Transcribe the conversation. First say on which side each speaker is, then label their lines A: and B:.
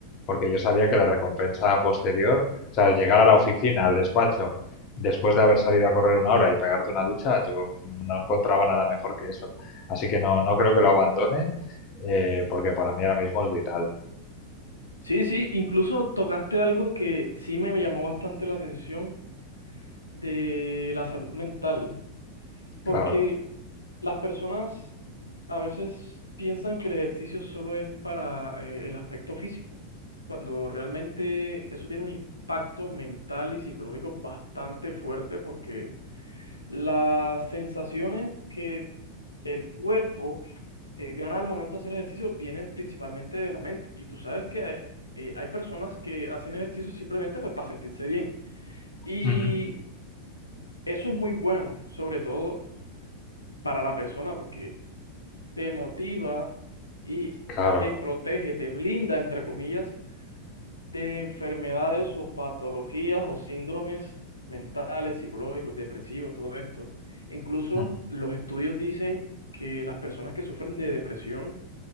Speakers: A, on the left; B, on the left.
A: porque yo sabía que la recompensa posterior, o sea, al llegar a la oficina, al despacho, después de haber salido a correr una hora y pegarte una ducha, yo no encontraba nada mejor que eso. Así que no, no creo que lo abandone, eh, porque para mí ahora mismo es vital.
B: Sí, sí, incluso tocaste algo que sí me llamó bastante la atención de la salud mental, porque...
A: Claro,
B: Las personas a veces piensan que el ejercicio solo es para eh, el aspecto físico, cuando realmente eso tiene un impacto mental y psicológico bastante fuerte porque las sensaciones que el cuerpo eh, gana al momento de hacer ejercicio vienen principalmente de la mente. Y tú sabes que eh, hay personas que hacen ejercicio simplemente pues, para sentirse bien. Y
A: Ujú,
B: eso es muy bueno, sobre todo para la persona, porque... te motiva y
A: claro.
B: te protege, te blinda, entre comillas, de enfermedades o patologías o síndromes mentales, psicológicos, depresivos, todo esto. Incluso
A: ujú.
B: los estudios dicen que las personas que sufren de depresión,